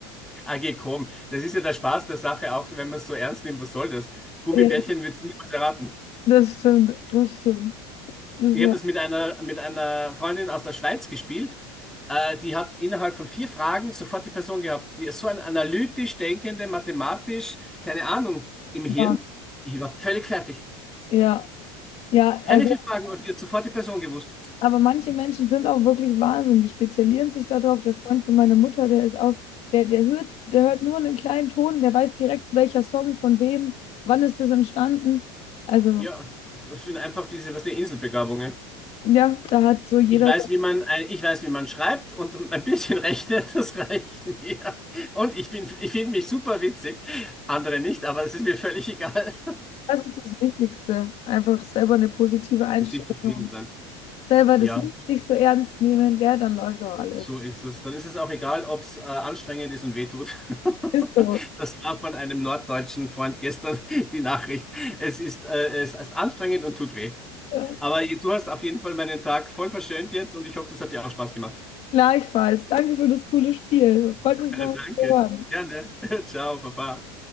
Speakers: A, in the centre; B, on the left (about 50°).
A: Ah, geh, komm. Das ist ja der Spaß der Sache, auch wenn man es so ernst nimmt. Was soll das? Gummibärchen
B: Ja,
A: wird es niemals erraten.
B: das stimmt, das stimmt. Das
A: Ich
B: war,
A: habe das mit einer, mit einer Freundin aus der Schweiz gespielt. Äh, die hat innerhalb von vier Fragen sofort die Person gehabt. Die ist so ein analytisch denkende, mathematisch, keine Ahnung, im Hirn.
B: war-
A: Ich war völlig fertig.
B: ja, ja,
A: Keine
B: also.
A: vier Fragen und die hat sofort die Person gewusst.
B: Aber manche Menschen sind auch wirklich Wahnsinn. Die spezialisieren sich darauf. Der Freund von meiner Mutter, der ist auch, der, der hört, der hört nur einen kleinen Ton, der weiß direkt, welcher Song von wem, wann ist das entstanden. Also,
A: Ja, das sind einfach diese, was die Inselbegabungen.
B: ja, da hat so jeder,
A: Ich weiß, wie man, ein- ich weiß, wie man schreibt und ein bisschen <laughs> rechnet, das reicht mir. Und ich bin, ich finde mich super witzig. Andere nicht, aber es ist mir völlig egal.
B: das ist das Wichtigste. Einfach selber eine positive
A: <laughs>
B: Einstellung
A: Mit sich zufrieden
B: haben.
A: sein.
B: Selber
A: Ja,
B: das Leben nicht so ernst nehmen, gell, dann läuft auch alles.
A: so ist es. Dann ist es auch egal, ob es äh, anstrengend ist und wehtut. <laughs>
B: Ist so.
A: Das war von einem norddeutschen Freund gestern die Nachricht. Es ist, äh, es ist anstrengend und tut weh.
B: Ja.
A: Aber du hast auf jeden Fall meinen Tag voll verschönt jetzt und ich hoffe, das hat dir auch Spaß gemacht.
B: Gleichfalls. Danke für das coole Spiel.
A: <laughs>
B: Freut mich
A: Danke.
B: mal zu hören.
A: Gerne. <laughs> Ciao, Papa.